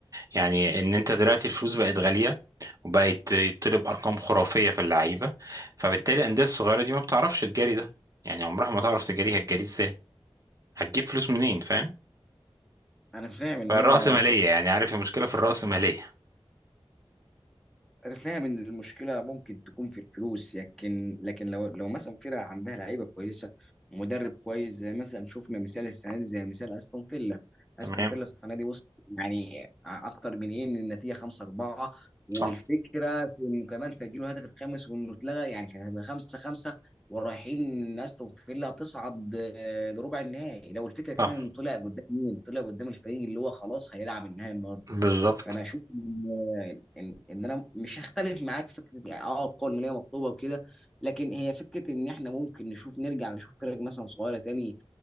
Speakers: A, on the right; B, in the centre.
A: يعني ان انت دلوقتي الفلوس بقت غالية وبقت يطلب ارقام خرافية في اللعيبة فبالتالي الاندية الصغيرة دي ما بتعرفش تجاري ده يعني عمرها ما تعرف تجاريها هتجاري ازاي هتجيب فلوس منين فاهم
B: انا فاهم ان
A: فالرأسمالية
B: هي فكره
A: يعني عارف المشكلة في الرأسمالية
B: انا فاهم ان المشكله ممكن تكون في الفلوس لكن لكن لو لو مثلا فرقه عندها لعيبه كويسه ومدرب كويس زي مثلا شفنا مثال السنه دي زي مثال استون فيلا
A: تمام
B: استون فيلا السنه دي وصل يعني اكتر من ايه من النتيجه 5 4 والفكره
A: صح
B: في انه كمان سجلوا هدف الخامس وانه اتلغى يعني كان هيبقى 5 5 ورايحين ان استون فيلا تصعد آه، لربع النهائي لو الفكره كمان
A: صح
B: انه طلع قدام مين طلع قدام الفريق اللي هو خلاص هيلعب النهائي
A: بالظبط
B: فانا اشوف ان ان ان انا مش هختلف معاك في فكره يعني اه القوه الماليه مطلوبه وكده لكن هي فكره ان احنا ممكن نشوف نرجع نشوف فرق مثلا صغيره تاني